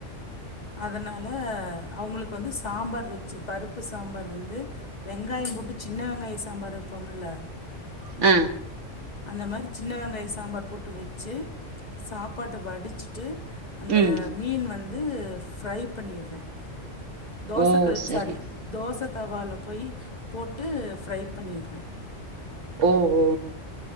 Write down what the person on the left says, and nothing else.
அதனால அவங்களுக்கு வந்து சாம்பார் வச்சு பருப்பு சாம்பார் வந்து வெங்காயம் போட்டு சின்ன வெங்காயம் சாம்பார் வைப்போம்ல
அந்த மாதிரி சின்ன வெங்காய சாம்பார் போட்டு வச்சு சாப்பாட்ட வடிச்சிட்டு அந்த
மீன் வந்து து பிஃரை பண்ணிடுவேன் தோசக்கள்
சாரி தோச தவால போய் போட்டு ஃப்ரை பண்ணிடுவேன்